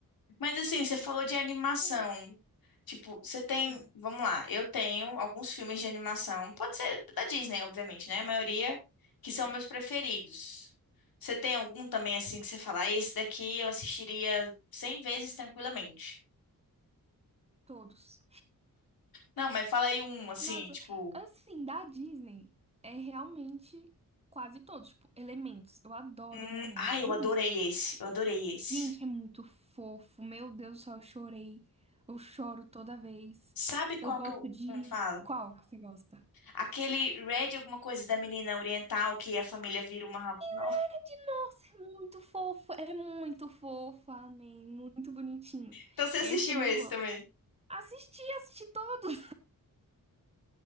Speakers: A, on the left (about 80°); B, on the right (about 15°).
A: Mas assim, você falou de animação.
B: Ai,
A: Tipo, você tem.
B: Hum,
A: Vamos lá, eu tenho alguns filmes de animação. Pode ser da Disney, obviamente, né? A maioria que são
B: tá,
A: meus preferidos. Você tem algum também assim que você fala, "Ah, esse daqui eu assistiria 100 vezes tranquilamente?
B: todos.
A: Não, mas fala aí um, assim,
B: Nossa,
A: tipo.
B: assim, da Disney é realmente quase todos, tipo, Elementos. Eu adoro
A: Hum,
B: Elementos,
A: ai,
B: é
A: eu adorei
B: muito.
A: esse. Eu adorei esse.
B: Gente, é muito fofo. Meu Deus do céu, eu chorei. Eu choro toda vez.
A: Sabe qual
B: Eu gosto
A: que eu
B: de.
A: não fala?
B: Qual que você gosta?
A: Aquele Red alguma coisa da menina oriental que a família vira uma. Nossa.
B: Red, nossa, é muito fofo. É muito fofo, amém. Muito bonitinho.
A: Então <laughs> você assistiu
B: Esse também
A: esse
B: eu gosto.
A: também?
B: Assisti, assisti todos,